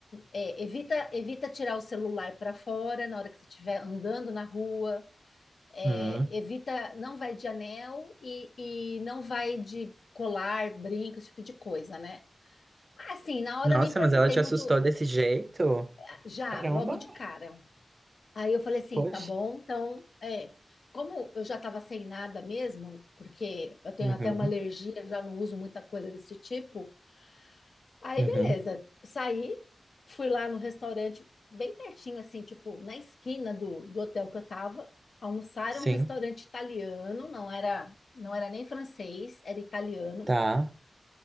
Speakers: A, on the left (about 75°); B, on the right (about 45°).
A: é, evita, evita tirar o celular para fora na hora que você estiver andando na rua, é,
B: Hum.
A: evita, não vai de anel e, e não vai de colar, brinco, esse tipo de coisa, né? Ah, sim, na hora
B: Nossa,
A: eu nem perguntei
B: mas ela te assustou
A: muito,
B: desse jeito?
A: "Ah, já,
B: Caramba,
A: logo de cara. Aí eu falei assim,
B: poxa.
A: tá bom, então, é, como eu já estava sem nada mesmo, porque eu tenho
B: Uhum,
A: até uma alergia, já não uso muita coisa desse tipo, aí
B: uhum.
A: beleza, saí, fui lá no restaurante, bem pertinho, assim, tipo, na esquina do, do hotel que eu tava, almoçar,
B: Sim.
A: era um restaurante italiano, não era, não era nem francês, era italiano,
B: Tá.